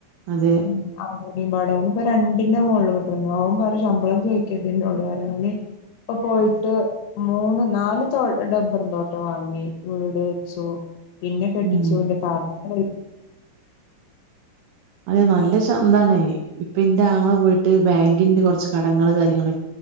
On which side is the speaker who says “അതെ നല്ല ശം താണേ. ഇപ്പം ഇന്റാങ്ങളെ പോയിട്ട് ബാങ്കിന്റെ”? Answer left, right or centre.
Right